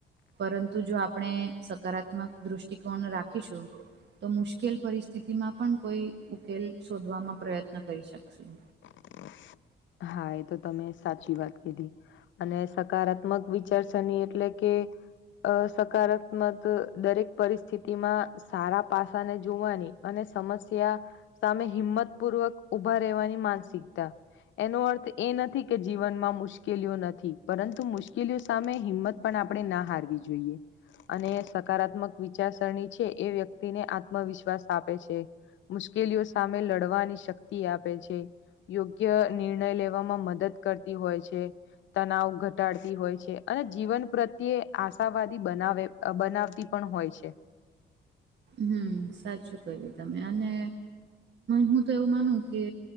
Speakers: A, on the right (about 60°); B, on the left (about 70°).
A: પરંતુ જો આપણે સકારાત્મક દ્રષ્ટિકોણ. રાખીશું તો મુશ્કેલ પરિસ્થિતિમાં પણ કોઈ ઉકેલ શોધવામાં પ્રયત્ન. ન કરી શકશું.
B: તો <unintelligible> હા એ તો તમે સાચી વાત કીધી. અને સકારાત્મક વિચારસરણી એટલે કે, અ સકારાત્મક દરેક પરિસ્થિતિમાં. સારા પાસાને જોવાની અને સમસ્યા. સામે હિંમત પૂર્વક ઊભા રહેવાની માનસિકતા. એનો અર્થ એ નથી કે જીવનમાં મુશ્કેલીઓ નથી પરંતુ સામે હિંમત. પણ આપણે ના હારવી જોઈએ. અને સકારાત્મક વિચારસરણી છે એ વ્યક્તિને આત્મવિશ્વાસ આપે છે. મુશ્કેલીઓ સામે લડવાની શક્તિ આપે છે યોગ્ય. નિર્ણય લેવામાં મદદ કરતી હોય છે. તનાવ ઘટાડતી હોય છે અને જીવન પ્રત્યે આશાવાદી બનાવે. બનાવતી પણ હોય છે.
A: હમ સાચું કહ્યું તમે અને હું તો એવું માનું કે,